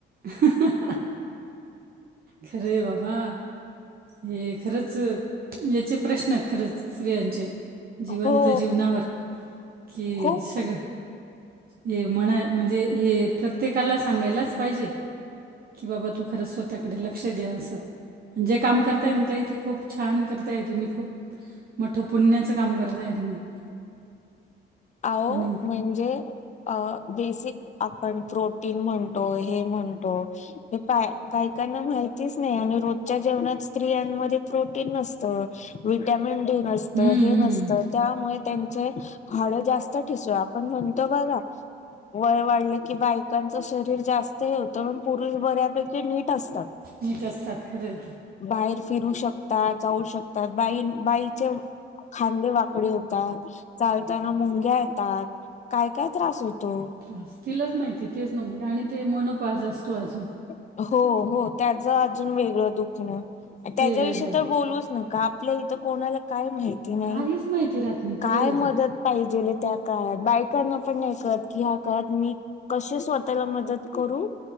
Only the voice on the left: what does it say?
हो
खूप
आवो
म्हणजे अ बेसिक आपण प्रोटीन म्हणतो, हे म्हणतो हे बा -बायकांना माहितीच नाही, आणि रोजच्या जेवणात स्त्रियांमध्ये प्रोटीन नसतं. विटॅमिन डी नसतं,
हे नसतं
त्यामुळे त्यांचे हाडं जास्त ठिसूळ आपण म्हणतो बघा. वय वाढले की, बायकांच शरीर जास्त हे होत पुरुष बऱ्यापैकी नीट असतात.
बाहेर फिरू शकतात, जाऊ शकतात बाई -बाईचे खांदे वाकडी होतात चाल ताना मुंग्या येतात, काय काय त्रास होतो?
हो हो, त्याच अजून वेगळं दुखण त्याच्याविषयी
तर बोलूच नका आपल्या इथं कोणाला काय माहिती नाही,
काय
मदत
पाहिजेले त्या काळात बायकांना पण नाही कळत की, ह्या काळात मी कसे स्वतःला मदत करू?